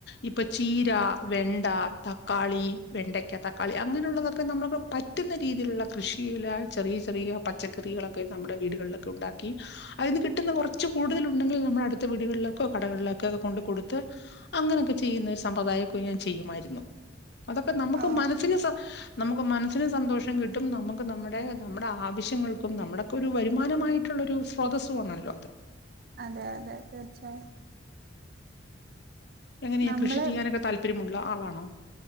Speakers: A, on the left; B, on the right.
A: ഇപ്പോ ചീര, വെണ്ട, ത ക്കാളി, വെണ്ടക്ക തക്കാളി അങ്ങനോള്ളതൊക്കെ നമുക്ക് പറ്റുന്ന രീതിയിലുള്ള കൃഷിയില ചെറിയ ചെറി യ പച്ചക്കറികളൊക്കെ നമ്മുടെ വീടുകളിലൊക്കെ ഉണ്ടാക്കി അതിന്ന് കിട്ടുന്ന കൊറച്ച് കൂടുതൽ ഉണ്ടെങ്കിൽ നമ്മൾ അടുത്ത വീ ടുകൾക്കോ കടകളിലൊക്ക ഒക്കെ കൊണ്ട് കൊടുത്ത് അങ്ങനെക്കെ ചെയ്യുന്ന ഒരു സമ്പ്രദായക്കൊ ഞാൻ ചെയ്യുമാരുന്നു. അതൊക്കെ നമുക്ക്
B: ഓ
A: മനസ്സിന് സ നമുക്ക് മനസ്സിന് സന്തോഷം കിട്ടും നമുക്ക് നമ്മുടെ നമ്മുടെ ആവശ്യങ്ങൾക്കും നമ്മുടോക്കെ ഒരു വരുമാനമായിട്ടു ള്ളൊരു സ്രോതസ്സുവാണല്ലോ അത്.
B: അതെ അതെ തീർച്ചയായും.
A: എങ്ങനെയാ
B: നമ്മള്
A: കൃഷി ചെയ്യാനൊക്കെ താല്പര്യമുള്ള ആളാണോ?